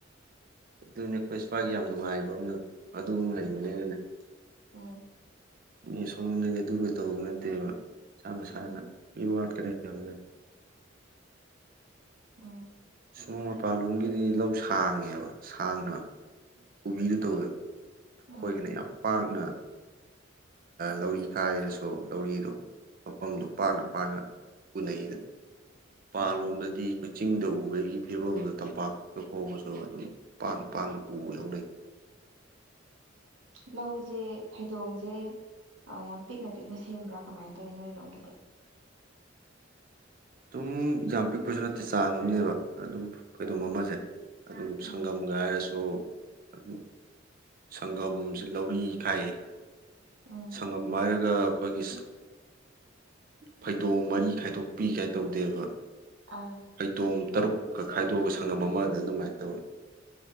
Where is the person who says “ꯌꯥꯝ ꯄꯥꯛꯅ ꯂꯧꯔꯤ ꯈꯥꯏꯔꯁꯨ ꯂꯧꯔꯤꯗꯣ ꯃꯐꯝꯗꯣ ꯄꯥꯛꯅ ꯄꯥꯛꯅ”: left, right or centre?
Right